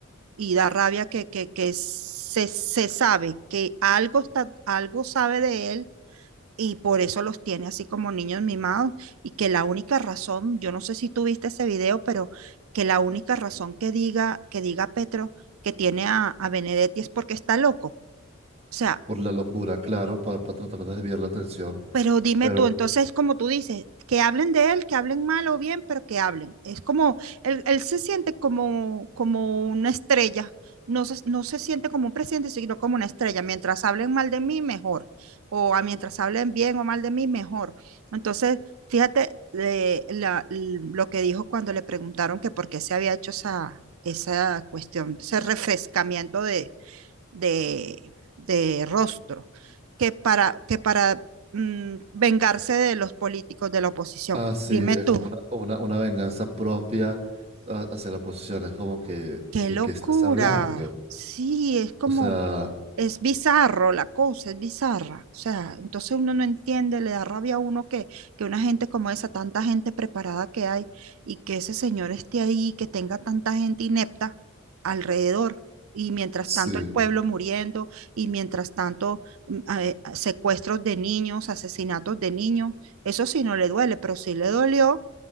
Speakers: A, on the right; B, on the right.
A: y da rabia que, que, que se, se sabe que algo, está, algo sabe de él y por eso los tiene así como niños mimados y que la única razón, yo no sé si tú viste ese video, pero que la única razón que diga, que diga Petro que tiene a, a Benedetti es porque está loco. O sea,
B: Por la locura, claro, para, tratar de desviar la atención.
A: Pero dime
B: Pero,
A: tú, entonces, como tú dices, que hablen de él, que hablen mal o bien, pero que hablen. Es como, él, él se siente como, como una estrella, no se, no se siente como un presidente, sino como una estrella. Mientras hablen mal de mí, mejor. O a mientras hablen bien o mal de mí, mejor. Entonces, fíjate eh, la- l- lo que dijo cuando le preguntaron que por qué se había hecho esa, esa cuestión, ese refrescamiento de, de rostro, que para, que para mm, vengarse de los políticos de la oposición.
B: ah, sí,
A: Dime
B: es
A: tú.
B: como una, una, una venganza propia ah, hacia la oposición. Es como que,
A: Qué
B: ¿de
A: locura.
B: qué estás hablando?
A: Sí, es como,
B: O sea,
A: es bizarro la cosa, es bizarra. O sea, entonces uno no entiende, le da rabia a uno que, que una gente como esa, tanta gente preparada que hay y que ese señor esté ahí, que tenga tanta gente inepta alrededor. Y mientras
B: sí,
A: tanto el pueblo muriendo, y mientras tanto mm, a- eh, secuestros de niños, asesinatos de niños, eso sí no le duele, pero sí le dolió